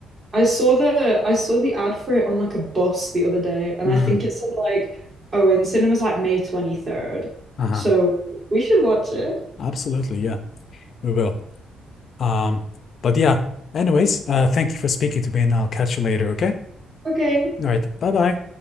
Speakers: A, on the right; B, on the left.
A: I saw the I saw the ad for it on like a bus the other day, and
B: Mm,
A: I think it said like, oh, in cinemas like May 23rd.
B: uh-huh.
A: So we should watch it.
B: Absolutely. Yeah, we will. Um, but yeah, anyways, uh, thank you for speaking to me and I'll catch you later, okay?
A: Okay.
B: All right. Bye-bye.